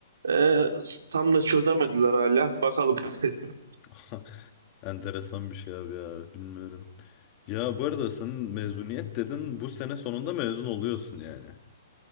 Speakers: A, on the right; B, on the left.
A: Ee, tam da çözemediler hala. Bakalım. <laughs>
B: <laughs> Enteresan bir şey abi ya bilmiyorum. Ya bu arada sen mezuniyet
A: Ya,
B: dedin bu sene sonunda mezun oluyorsun yani.